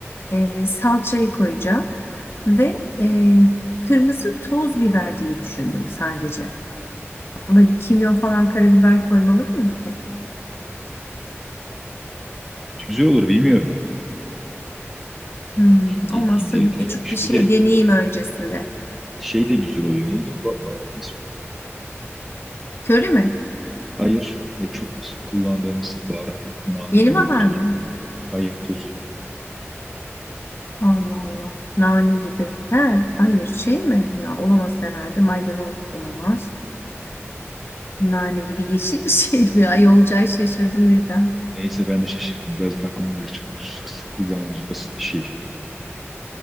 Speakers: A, on the left (about 55°); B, in the centre.
A: Ee, salçayı koyacağım ve e, kırmızı toz biber diye düşündüm sadece. Ama kimyon falan karabiber koymalı mıyım ki?
B: güzel olur bilmiyorum.
A: Hmm,
B: Hindi,
A: olmazsa
B: hindi etine
A: bir küçük
B: yakışır.
A: bir şey
B: Bir de
A: deneyeyim öncesinde.
B: şey de güzel oluyor. Neydi o ba- baharatın ismi?
A: Köri mi?
B: Hayır. E, çok sık kullandığımız baharat, nane
A: Yeni
B: gibi
A: bahar
B: toz.
A: mı?
B: Hayır tozu.
A: Allah Allah. Nane gibi. He, hayır şey mi? Ya, olamaz herhalde. Maydanoz olamaz. Nane gibi yeşil bir şey mi? Ay olacağı şaşırdım birden.
B: Neyse ben de şaşırdım. Birazdan aklıma gelir. Çok sık sık kullandığımız basit bir şey canım.